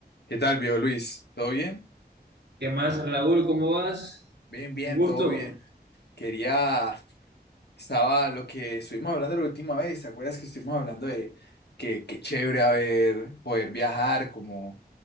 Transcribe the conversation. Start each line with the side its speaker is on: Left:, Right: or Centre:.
Left: ¿Qué tal, viejo Luis? ¿Todo bien?
Right: ¿Qué más, Raúl? ¿Cómo vas?
Left: Bien, bien,
Right: Un gusto.
Left: todo bien. Quería, estaba lo que estuvimos hablando la última vez, ¿te acuerdas que estuvimos hablando de que qué chévere haber, poder viajar como,